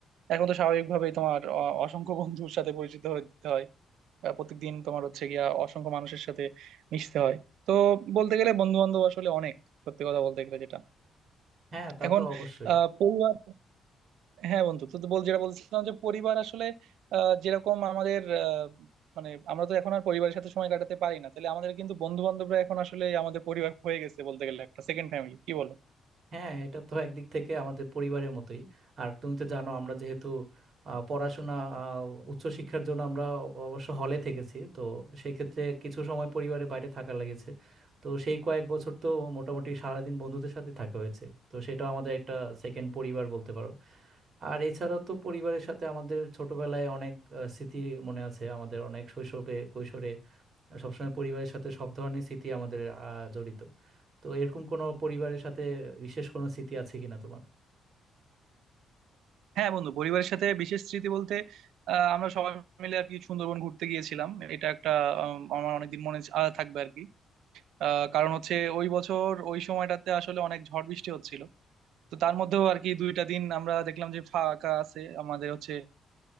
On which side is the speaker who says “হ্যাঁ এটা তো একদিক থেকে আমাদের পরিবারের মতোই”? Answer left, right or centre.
Right